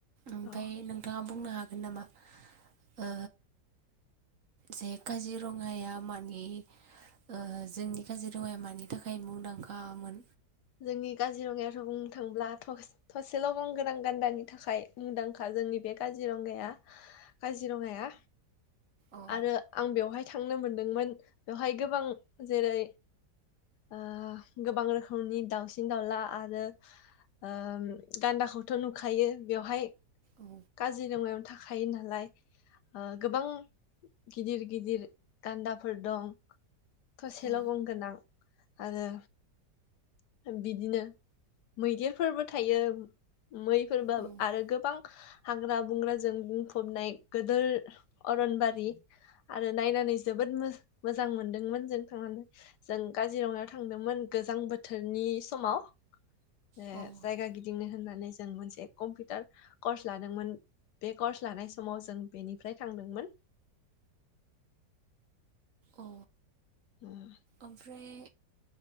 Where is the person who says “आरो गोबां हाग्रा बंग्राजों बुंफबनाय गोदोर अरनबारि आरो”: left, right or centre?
Left